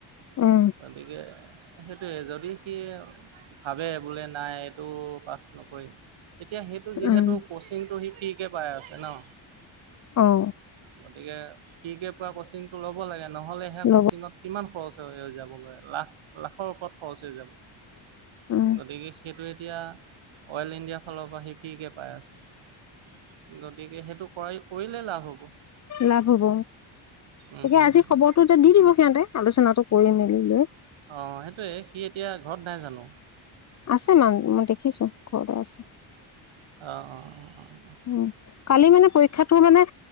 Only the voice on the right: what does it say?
গতিকে সেইটোৱে যদি সি ভাৱে বোলে নাই এইটো পাছ নকৰিম। তেতিয়া সেইটো
যিহেতু ক'চিংটো সি ফ্ৰীকে পাই আছে ন'।
গতিকে ফ্ৰীকে পোৱা ক'চিংটো ল'ব লাগে, নহ'লেহে সেয়া
ক'চিংত কিমান খৰচ হৈ যাব গৈ লাখ, লাখৰ ওপৰত খৰচ হৈ যাব।
গতিকে সেইটোৱে তিয়া অ'ইল ইণ্ডিয়া ফালৰ পা সি ফ্ৰীকে পাই আছে। গতিকে সেইটোক কয় কৰিলে লাভ হ'ব।
উম,
উম,
উম।
অ', সেইটোৱে সি এতিয়া ঘৰত নাই জানো?
অ, অ, অ, অ।